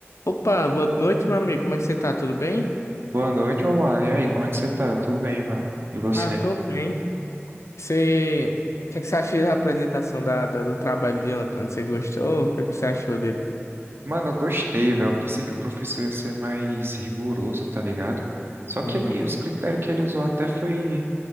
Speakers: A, on the left; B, on the right.
A: Opa, boa noite, meu amigo. Como é que você tá? Tudo bem?
B: Boa noite, meu mano. E aí, como é que você tá? Tudo bem, mano? E você?
A: Ah, eu tô bem. Você... O que é que você achou da apresentação da, da- do trabalho de ontem? Você gostou? O que é que você achou dele?
B: Mano, eu gostei, velho. Eu Pensei que o professor ia ser mais rigoroso, tá ligado? Só
A: Uhum.
B: que ele, os critérios que ele usou até foi